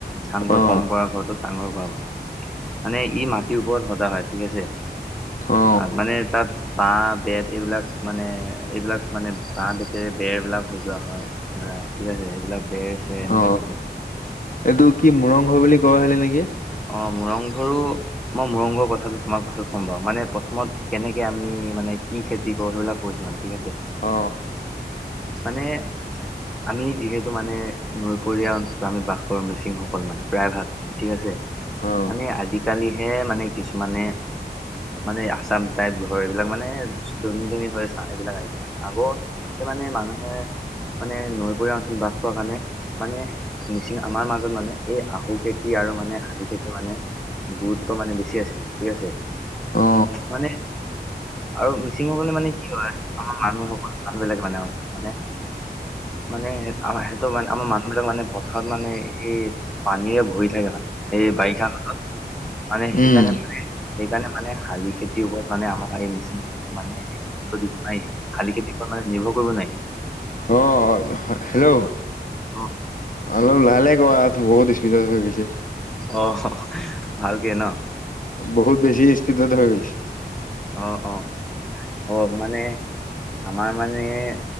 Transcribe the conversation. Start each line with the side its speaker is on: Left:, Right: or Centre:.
Centre: চাংঘৰ
Left: অ
Centre: পৰম্পৰাগত চাংঘৰ পৰম্পৰাগত কৰা মানে। মানে ই মাটিৰ ওপৰত সজা হয় ঠিক আছে
Left: অ
Centre: মানে তা'ত বাঁহ। বেত এইবিলাক মানে এইবিলাক মানে বাঁহ বেতেৰে বেৰবিলাক সজোৱা হয় ধৰা ঠিক আছে। এইবিলাক- বেৰ'ছে এনেকা
Left: অ
Centre: দিয়া হয়।
Left: এইটো কি মুৰংঘৰ বুলি কৈ গৈহে নেকি?
Centre: অঁ মুৰংঘৰো মই মুৰং ঘৰ কথাটো-। তোমাক পাছত ক'ম বাৰু। মানে প্ৰথমত কেনেকৈ আমি মানে কি খেতি কৰোঁ সেইবিলাক কৈছোঁ মানে। ঠিক আছে
Left: অ।
Centre: মানে আমি যিহেতু মানে নৈপৰীয়া অঞ্চলত আমি বাস কৰো মিচিংসকল মানে। প্ৰায় ভাগ ঠিক আছে।
Left: অ
Centre: মানে আজিকালি হে মানে কিছুমানে- মানে আসাম টাইপ ঘৰ এইবিলাক মানে ধনী ধনী হৈ এইবিলাক আহিছে মানে আগতে মানে। মানুহে-। মানে নৈপৰীয়া অঞ্চলত বাস হোৱা কাৰণে মানে মিচিং আমাৰ মাজত মানে এই আহু খেতি-। আৰু মানে-। খেতি মানে গুৰুত্ব মানে বেছি আছে ঠিক আছে।
Left: অ
Centre: মানে- আৰু মিচিংসকলে মানে কি হয় আমাৰ মানুহসকল মানুহবিলাকে মানে মানে-। মানে আমাৰ সেইটো মানে আমাৰ মানুহ বিলাক মানে পথাৰত মানে এই পানীৰে ভৰি থাকে মানে। এই বাৰিষা কালত মানে সেইকাৰণে
Left: উম
Centre: মানে সেইকাৰণে মানে-। শালি খেতিৰ ওপৰত মানে আমাৰ-। মিচিং মানে গুৰুত্ব দিব নোৱাৰি শালি খেতিৰ কৰা মানে নিৰ্ভৰ কৰিব নোৱাই।
Left: অ হেল্ল'
Centre: অ
Left: অলপ লাহে লাহে-। কোৱা বহুত স্পিত'ত হৈ গৈছে।
Centre: অ ভালকে ন'।
Left: বহুত বেছি স্পিত'ত হৈ গৈছে।
Centre: অঁ অঁ অ' মানে আমাৰ মানে-।